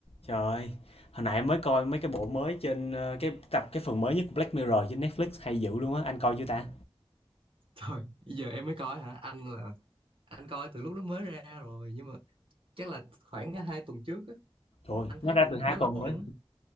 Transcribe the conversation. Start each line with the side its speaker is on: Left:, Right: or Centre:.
Left: Trời ơi, hồi nãy mới coi mấy cái bộ mới trên ờ, cái tập cái phần mới nhất của Black Mirror trên Netflix hay dữ luôn á, anh coi chưa ta?
Right: Thôi, giờ em mới coi hả? Anh là anh coi từ lúc nó mới ra rồi nhưng mà chắc là khoảng hai tuần trước á,
Left: Trời ơi,
Right: anh thấy
Left: nó ra
Right: cũng
Left: từ hai
Right: khá là
Left: tuần
Right: ổn.
Left: rồi.